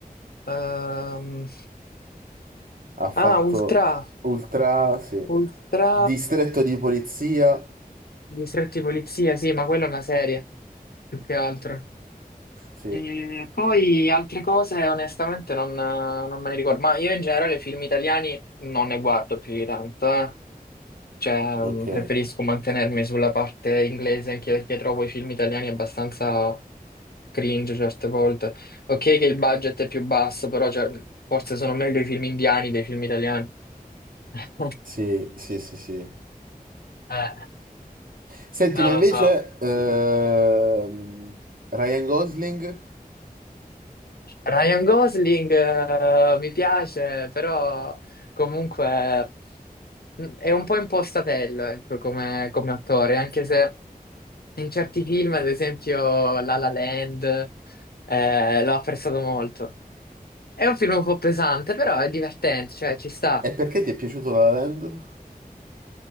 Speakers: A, on the left (about 80°); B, on the right (about 65°).
A: ehm,
B: Ha fatto
A: Ah, Ultra.
B: Ultra, sì.
A: Ultra...
B: Distretto di polizia,
A: Distretti di polizia, sì, ma quella è una serie, più che altro.
B: sì.
A: E poi altre cose onestamente non, non me ne ricordo, ma io in generale film italiani non ne guardo più di tanto, eh. Cioè
B: Ok,
A: mh, preferisco mantenermi sulla parte inglese anche perché trovo i film italiani abbastanza cringe certe volte. Ok che il budget è più basso, però cioè, forse sono meglio i film indiani dei film italiani. <laughs>
B: sì, sì, sì, sì.
A: Eh,
B: Senti,
A: non
B: ma invece
A: lo so.
B: ehm, Ryan Gosling,
A: Ryan Gosling eh, mi piace, però comunque. Mm, È un po' impostatello, ecco, come, come attore, anche se in certi film, ad esempio La La Land, eh, l'ho apprezzato molto. È un film un po' pesante, però è divertente, cioè ci sta.
B: e perché ti è piaciuto La La Land?